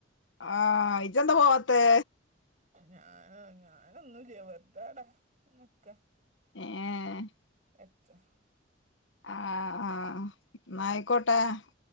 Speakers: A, on the left; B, on the right.
A: ആഹാ ഇജ്ജ്ന്താ പോവാത്തെ,?
B: ഞാനൊ ഞാൻ ഒന്നുംല്ലാ വെറുതെ അവിടെ നിക്ക.
A: ഏ... !
B: <unintelligible>
A: ആഹ് ആഹ് അഹ് ന്നാ ആയിക്കോട്ടേ